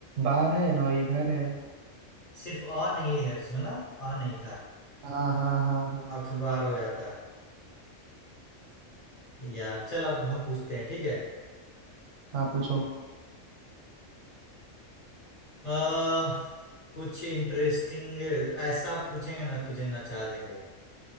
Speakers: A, on the right; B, on the left.
A: बार है ना ये घर है
B: सिर्फ अ नहीं है उसमें ना अ नहीं था
A: हाँ हाँ हाँ हाँ
B: अखबार
A: हाँ
B: हो जाता यार चल अब हम पूछते हैं ठीक है
A: हाँ पूछो
B: आ, कुछ इंटरेस्टिंग ऐसा पूछेंगे ना तुझे नचा देंगे